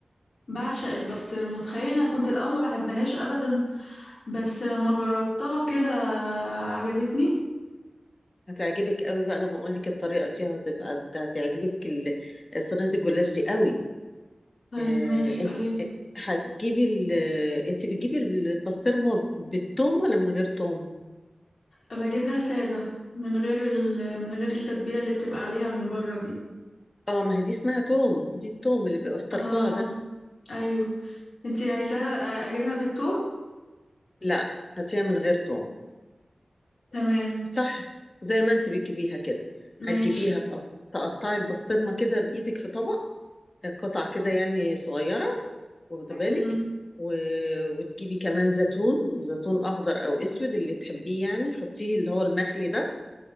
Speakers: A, on the left; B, on the left.
A: بعشق البسطرمة تخيلي انا كنت الاول ما بحبهاش ابدا بس لما جربتها كده عجبتني
B: هتعجبك قوي بقى لما اقول لك الطريقة دي هتبقى هتعجبك ال- صينية الجلاش دي قوي
A: طيب
B: آه،
A: ماشي
B: انت
A: قوليلي
B: هتجيبي ال... انت بتجيبي البسطرمة بالثوم ولا من غير ثوم
A: ابقى اجيبها سادة من غير ال... من غير التتبيلة اللي بتبقى عليها من بره دي
B: اه ما هي دي اسمها توم دي التوم اللي بيبقى في طرفها
A: اه
B: ده
A: ايوه انتي عايزاها آه، اجيبها بالثوم
B: لا حتسويها من غير توم
A: تمام
B: صح زي ما انت بتجيبيها كده
A: ماشي
B: هتجيبيها تقط- تقطعي البسطرمة كده بإيدك في طبق قطع كده يعني صغيرة واخدة بالك
A: مم.
B: و... وتجيبي كمان زيتون زيتون أخضر أو أسود اللي تحبيه يعني حطيه اللي هو المخلي ده